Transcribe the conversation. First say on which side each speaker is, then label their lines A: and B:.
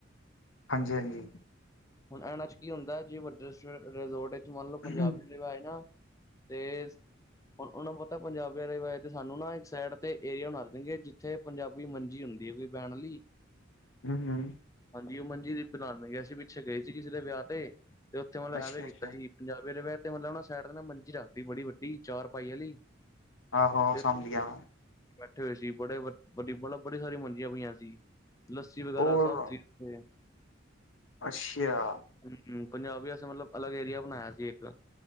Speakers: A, on the left; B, on the left.
A: ਹਾਂਜੀ-ਹਾਂਜੀ।
B: ਹੁਣ ਇਹਨਾਂ ਚ ਕੀ ਹੁੰਦਾ ਜੇ ਵੱਡੇ ਰਿਜੋਰਟ ਵਿੱਚ ਮੰਨ ਲਓ
A: ਹਮ
B: ਪੰਜਾਬੀ। ਰਵਾਏ ਨਾ ਤੇਜ। ਹੁਣ ਉਹਨਾਂ ਨੂੰ ਪਤਾ ਪੰਜਾਬੀਆਂ ਦੇ ਵਏ ਤੇ ਸਾਨੂੰ ਨਾ ਇੱਕ ਸਾਈਡ ਤੇ ਏਰੀਆ ਬਣਾ ਦੇਣਗੇ ਜਿੱਥੇ। ਪੰਜਾਬੀ ਮੰਜੀ ਹੁੰਦੀ ਹੈ ਕੋਈ ਬੲਣ ਲਈ।
A: ਹਮ-ਹਮ।
B: ਹਾਂਜੀ ਓ ਹ ਮੰਜੀ ਦੀ ਬ ਨਾਲਾਨ ਨੇ ਗਿਆ ਸੀ ਪਿੱਛੇ ਗਏ ਸੀ ਕਿਸੇ ਦੇ ਵਿਆਹ ਤੇ ਉੱਥੇ ਮਤਲਬ
A: ਅੱਛਾ
B: ਐਵੇ ਕੀਤਾ
A: ਅੱਛਾ
B: ਸੀ ਪੰਜਾਬੀ ਦੇਆ ਤੇ ਮਤਲਬ ਉਹ ਸਾਈਡ ਦੇ ਨਾ ਮੰਜੀ ਰੱਖਦੀ ਬੜੀ ਵੱਡੀ ਚਾਰ ਪਾਈ ਵਾਲੀ।
A: ਆਹੋ ਆਹੋ
B: ਤੇ,
A: ਸਮਝ ਗਿਆ ਮੈਂ
B: ਬੈਠੇ ਹੋਏ ਸੀ, ਬੜੇ ਵੱਬ ਬੜੀ ਸਾਰੀ ਮੰਜੀਆਂ ਪਈਆਂ ਸੀ। ਲੱਸੀ ਵਗੈਰਾ
A: ਉਹ
B: ਸਭ ਠੀਕ।
A: ਅੱਛਾ।
B: ਹਮ-ਹਮ, ਪੰਜਾਬ ਵੀ ਅਸੀਂ ਮਤਲਬ ਅਲਗ ਏਰੀਆ ਬਣਾਇਆ ਸੀ ਏਕ।